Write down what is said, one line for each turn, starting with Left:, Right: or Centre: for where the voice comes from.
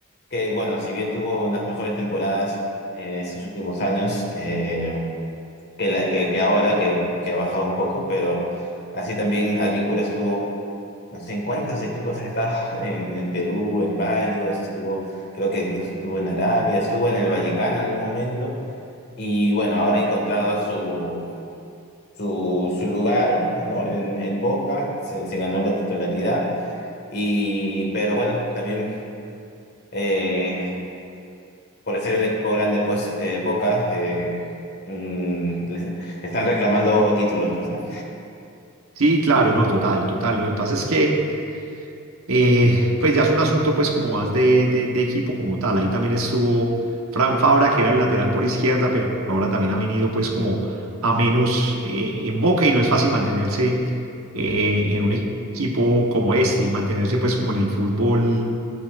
Left: Que bueno, si bien tuvo unas mejores temporadas en estos últimos años, eh, que, la- que, que ahora, que, que ha bajado un poco, pero así también Advíncula estuvo no sé en cuántos equipos ha estado, <laughs> en, en Perú, en varios, estuvo, creo que incluso estuvo en Arabia, estuvo en el Vallecano en un momento, y bueno, ahora ha encontrado su, su, su lugar, ¿no? En, en Boca, se, se ganó la titularidad, y, pero bueno, también eh, por ser un equipo grande, pues eh, Boca... eh, mm, les- están reclamando títulos, pues, ¿no?
Right: Sí, claro, no, total, total. Lo que pasa es que, eh, pues ya es un asunto pues como más de, de- de equipo como tal. Ahí también estuvo Fran Fabra, que era el lateral por izquierda, pero ahora también ha venido pues como a menos eh, en Boca y no es fácil mantenerse eh, en un equipo como este y mantenerse pues como en el fútbol,